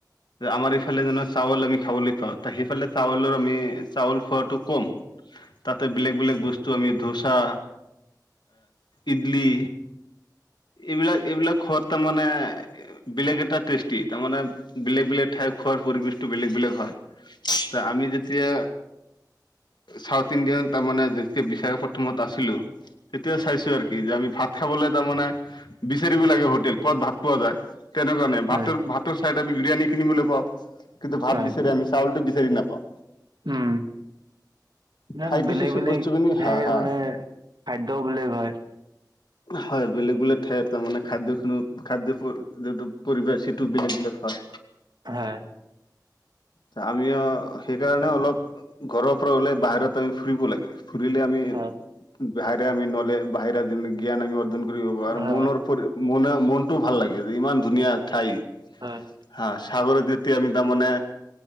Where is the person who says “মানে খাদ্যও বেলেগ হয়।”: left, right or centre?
Right